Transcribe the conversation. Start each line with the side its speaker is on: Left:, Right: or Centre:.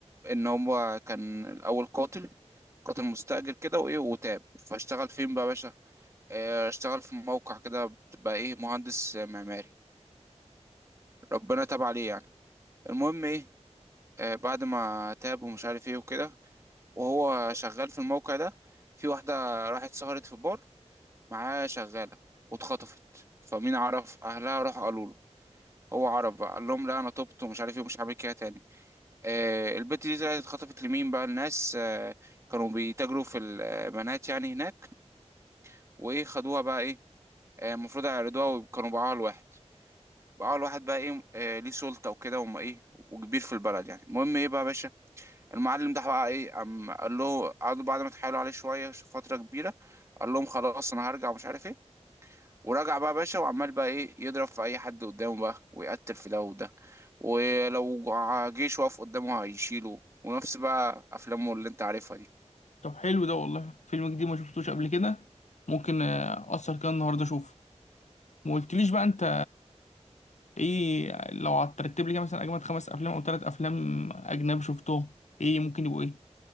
Right: ان هو كان الاول قاتل قاتل مستأجر كده وايه وتاب فاشتغل فين بقى يا باشا اه، اشتغل في موقع كده بقى ايه مهندس معماري ربنا تاب عليه يعني المهم ايه اه، بعد ما تاب ومش عارف ايه وكده وهو شغال في الموقع ده في واحدة راحت سهرت في بار معاه شغالة واتخطفت فمين عرف أهلها راحوا قالوا له هو عرف بقى قال لهم لا أنا تبت ومش عارف إيه ومش هعمل كده تاني آه البت دي طلعت اتخطفت لمين بقى الناس آه كانوا بيتاجروا في البنات يعني هناك وإيه خدوها بقى إيه آه، المفروض يعرضوها وكانوا باعوها لواحد باعوها لواحد بقى إيه آه ليه سلطة وكده وما إيه وكبير في البلد يعني المهم إيه بقى يا باشا المعلم ده بقى ايه قام قال له قعدوا بعد ما اتحايلوا عليه شويه فتره كبيره قال لهم خلاص انا هرجع ومش عارف ايه ورجع بقى باشا وعمال بقى ايه يضرب في اي حد قدامه بقى ويقتل في ده وده ولو جيش واقف قدامه هيشيله ونفس بقى افلامه اللي انت عارفها دي
Left: طب حلو ده والله فيلم جديد ما شفتوش قبل كده ممكن آه، اثر كده النهارده اشوفه ما قلتليش بقى انت ايه لو هترتب لي كده مثلا اجمد خمس افلام او ثلاث افلام اجنبي شفتهم ايه ممكن يبقوا ايه